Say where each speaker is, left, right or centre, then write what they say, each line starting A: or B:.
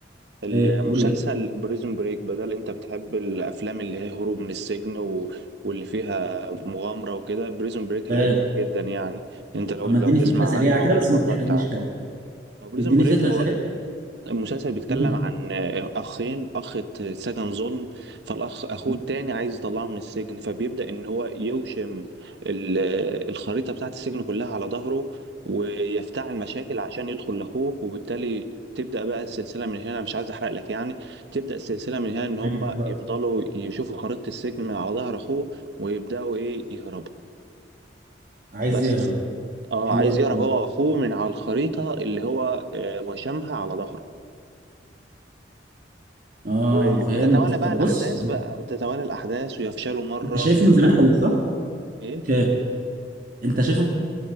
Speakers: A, on the right (about 65°); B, on the right (about 50°).
A: المسلسل
B: ايه قول لي
A: بريزون بريك بدل أنت بتحب الأفلام اللي هي هروب من السجن و... واللي فيها مغامرة وكده بريزون بريك هيعجبك
B: آه.
A: جدا يعني أنت لو
B: طب ما
A: لو
B: اديني
A: تسمع
B: فكره سريعه
A: عنه
B: كده
A: أو
B: بس
A: اتفرجت
B: ما تحرقليش
A: عنه
B: حاجه
A: هو بريزون
B: اديني
A: بريك
B: فكره
A: هو
B: سريعه
A: المسلسل بيتكلم
B: مم.
A: عن اخين اخ اتسجن ظلم فالاخ اخوه
B: تمام
A: التاني عايز يطلعه من السجن فبيبدأ ان هو يوشم ال- الخريطة بتاعت السجن كلها على ظهره ويفتعل مشاكل عشان يدخل لاخوه وبالتالي تبدأ بقى السلسلة من هنا مش عايز احرق لك يعني تبدأ السلسلة من هنا ان هم
B: تمام حلو أوي.
A: يفضلوا يشوفوا خريطة السجن من على ظهر اخوه ويبدأوا ايه يهربوا
B: عايز
A: بس
B: يهرب
A: اه
B: حلو
A: عايز
B: قوي
A: يهرب
B: ده
A: هو واخوه من على الخريطة اللي هو آه، وشمها على ظهره
B: اه
A: وتتوالى
B: فهمت طب
A: بقى الأحداث
B: بص
A: بقى تتوالى الأحداث ويفشلوا مرة
B: انت شايفه
A: وينجحوا
B: من زمان قوي صح؟
A: إيه؟
B: اوكي انت شايفه